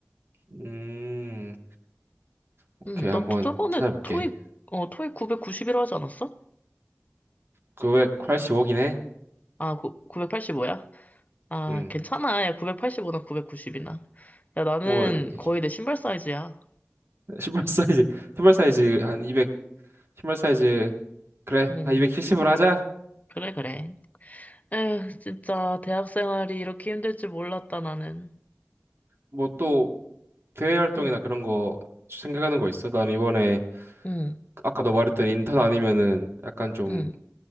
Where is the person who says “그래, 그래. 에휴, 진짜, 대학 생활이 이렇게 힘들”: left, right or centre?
Left